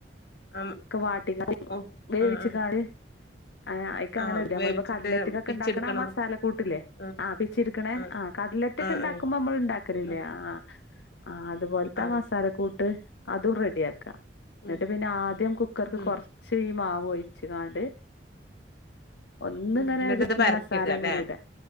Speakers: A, on the left; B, on the left.
A: ആഹ്
B: ക്കെ വാട്ടികാണ്ട്
A: ഓ
B: വേവിച്ചികാണ്ട്
A: ആ ആ
B: ആഹ് ഏഹ് ആയിക്
A: ആ
B: അങ്ങനെ ഇട്വാ നമ്മളിപ്പൊ
A: വേവിച്ചിട്ട്
B: കട്ലറ്റ്ക്കൊക്കെ
A: പിച്ചെടുക്കണോ
B: ഉണ്ടാക്ക് ണ ആ മസാല കൂട്ടില്ലേ
A: ആ
B: ആഹ് പിച്ചിട്ക്ക്ണേ
A: ആ
B: ആഹ് കട്ലറ്റ്ക്ക്
A: ആ ആ
B: ഇണ്ടാക്കുമ്പോ നമ്മള് ഇണ്ടാക്കലില്ലേ
A: ആ
B: ആഹ് ആഹ് അതുപോലത്തെ
A: ആ
B: മസാല കൂട്ട് അതും റെഡിയാക്കാ
A: ഉം
B: ന്നട്ട് പിന്നെ ആദ്യം കുക്കർക്ക്
A: ഉം
B: കൊറച്ച് ഈ മാവ് ഒഴിച്ച് കാണ്ട് ഒന്ന്
A: ഉം
B: ഇങ്ങനെ
A: എന്നിട്ട്
B: ഒരു
A: ഇത്
B: ഈ
A: പരത്തിയിടല്ലേ
B: മസാല ഇങ്ങനെ ഇടാ